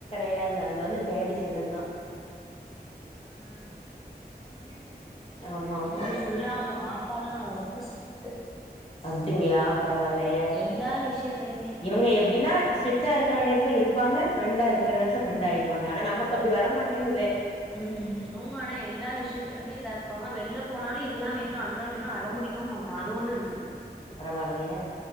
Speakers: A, on the left (about 35°); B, in the centre.
A: யாது அங்க வந்து டேடி செல்லம் தான்
B: உஹம்
A: <inaudible> ஆமா
B: இது ஃபுல்லா உம் வாப்பாலா ரொ ம்ப ஸ்ட்ரீட்டு
A: அப்டிங்களா பரவால்லையே.
B: எல்லா விஷயத்துலயுமே
A: இவங்க எப்டின்னா ஸ்ட்ரிட்டா இருக்க வேண்டிய இருப்பாங்க ஃப்ரெண்டா இருக்குற நேரத்துல ஃப்ரெண்ட் ஆயிருவாங்க ஆனா நமக்கு அப்படி வர மாட்டேங்குதே.
B: உஹம் இவுங்க ஆனா எல்லா விஷய்த்துலுமே இதா இருப்பாங்க வெள்ல போனாலு இதுதா வேணு அதுதா வேணு அடம் புடிக்கவு மாட்டான் அது ஒண்ணு இருக்கு
A: பரவாலயே